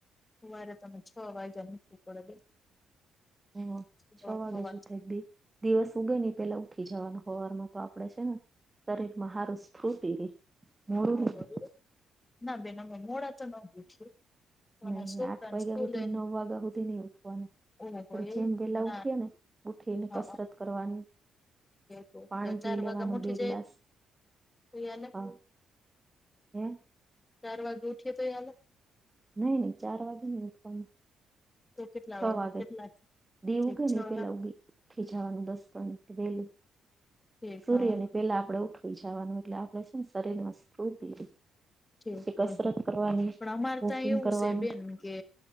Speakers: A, on the left (about 20°); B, on the right (about 15°).
A: હવારે તો હુ છ વાયગા મ ઉઠવું પડે બેન.
B: એહુ
A: સવાર
B: છ વાગે જ ઉઠાય
A: સવાર
B: બેન દિવસ ઉગે નહ પેલા ઉઠી જવાનો હવારમાં તો આપ આપડે છે ને શરીરમાં હારું સ્ફૂર્તિ રે. મોડું
A: ઓ હો
B: ની
A: એવું ના બેન અમે મોડા તો ન ઉઠીએ. પણ
B: નઈ
A: છોકરાને
B: ન આઠ વાગ્યા
A: સ્કૂલે
B: હુધી નવ વાગ્યા હુધી નહી ઉઠવાનું.
A: ઓહો
B: આપણે
A: એવું
B: જેમ વેલા
A: ના
B: ઉઠીએ ને ઉઠીને
A: હઅ
B: કસરત કરવાની
A: તો
B: પાણી
A: ચાર
B: પી લેવાનું
A: વાગા ઉઠી
B: બે
A: જાય
B: ગ્લાસ
A: તોય હાલે
B: હ હે
A: ચાર વાગે ઉઠી્યો તો એ હાલે
B: નહી નહી ચાર વાગે ની ઉઠવાનું
A: તો કેટલા
B: છ વાગે
A: કેટલા
B: દી
A: ઠીક
B: ઊગે ને
A: છ
B: ઈ પેલા
A: હા
B: ઉગી ઉઠી જવાનું દસ પંદર મિનિટ વહેલું
A: ઠીક
B: સૂર્ય
A: હા
B: ની પેલા આપણેે ઉઠ થી જવાનું એટલે આપડે છે ને શરીર માં સ્ફૂર્તિ રે
A: ઠક
B: પછી કસરત
A: હોય હ
B: કરવાની
A: પણ અમારે
B: વોકિંગ
A: ત્યાં એવું
B: કરવાનું
A: શે બેન કે